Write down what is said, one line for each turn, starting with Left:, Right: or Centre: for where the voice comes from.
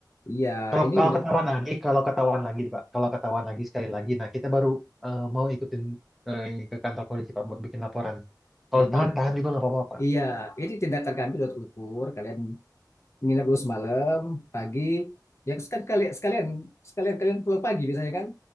Left: Iya,
Centre: Kalau
Left: ini
Centre: kalau
Left: udah
Centre: ketahuan lagi, kalau ketahuan lagi Pak, kalau ketahuan lagi sekali lagi, nah kita baru eh, mau ikutin eh, ini ke kantor polisi Pak buat bikin laporan. Kalau
Left: ini
Centre: tahan-tahan juga nggak apa-apa Pak.
Left: iya, ini tindakan kami udah terukur. Kalian nginep dulu semalam, pagi. Ya kan kalian sekalian sekalian kalian pulang pagi biasanya kan?